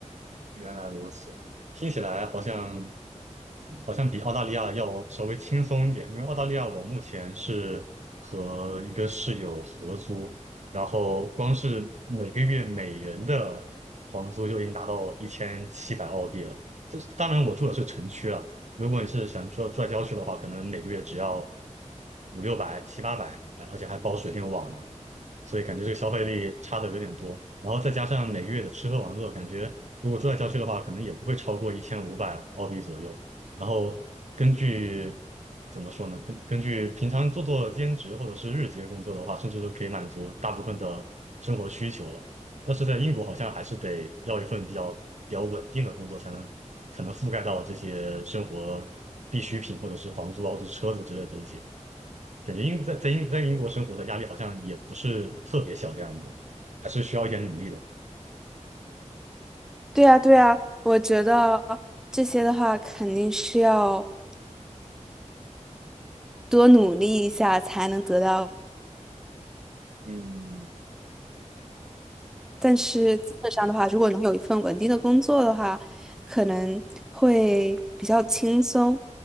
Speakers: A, on the right; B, in the centre.
A: 原来如此，听起来好像好像比澳大利亚要稍微轻松一点，因为澳大利亚我目前是和一个室友合租，然后光是每个月每人的房租就已经达到一千七百澳币了。这当然我住的是城区了，如果你是想住住在郊区的话，可能每个月只要五六百、七八百，还而且还包水电网呢。所以感觉这个消费力差的有点多。然后再加上每个月的吃喝玩乐，感觉如果住在郊区的话，可能也不会超过一千五百澳币左右。然后根据怎么说呢？根根据平常做做兼职或者是日结工作的话，甚至都可以满足大部分的生活需求了。但是在英国好像还是得要一份比较比较稳定的工作，才能才能覆盖到这些生活必需品或者是房租啊或者是车子之类的东西。感觉英在在英在英国生活的压力好像也不是特别小的样子，还是需要一点努力的。
B: 对呀，对呀，我觉得这些的话肯定是要多努力一下才能得到。
A: 嗯
B: 但是基本上的话，如果能有一份稳定的工作的话，可能会比较轻松。